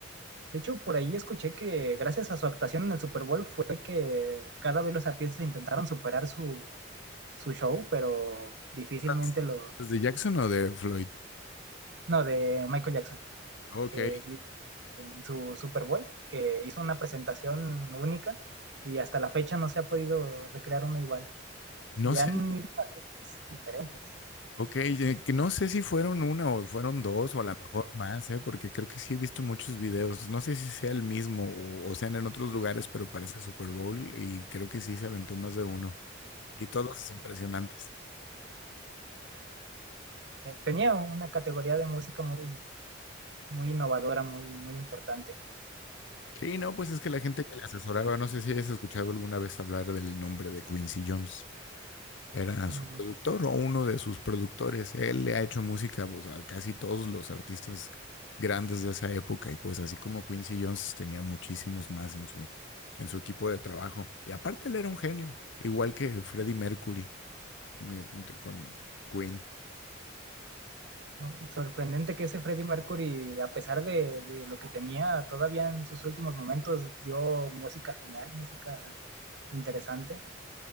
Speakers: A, on the right; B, on the left.
A: De hecho, por ahí escuché que gracias a su actuación en el Super Bowl fue que cada vez los artistas intentaron superar su, su show, pero difícilmente
B: Las-
A: lo...
B: ¿Los de Jackson o de Floyd?
A: No, de Michael Jackson,
B: Ok.
A: que vi en su Super Bowl, que hizo una presentación única y hasta la fecha no se ha podido recrear una igual.
B: No
A: Y
B: sé,
A: han
B: si-
A: ido a artistas diferentes.
B: ok, eh, que no sé si fueron una o fueron dos o a lo mejor más, ¿eh? Porque creo que sí he visto muchos videos. No sé si sea el mismo o, o sean en otros lugares, pero parece Super Bowl y creo que sí se aventó más de uno. Y todos impresionantes.
A: Eh, Tenía una categoría de música muy, muy innovadora, muy, muy importante.
B: Sí, no, pues es que la gente que le asesoraba, no sé si hayas escuchado alguna vez hablar del nombre de Quincy Jones. Era
A: Mm,
B: su productor o uno de sus productores. Él le ha hecho música pues, a casi todos los artistas grandes de esa época y pues así como Quincy Jones tenía muchísimos más en su, en su equipo de trabajo. Y aparte él era un genio, igual que Freddie Mercury de- de- con Queen.
A: ¿no? Sorprendente que ese Freddie Mercury, a pesar de, de lo que tenía, todavía en sus últimos momentos dio música genial, música interesante.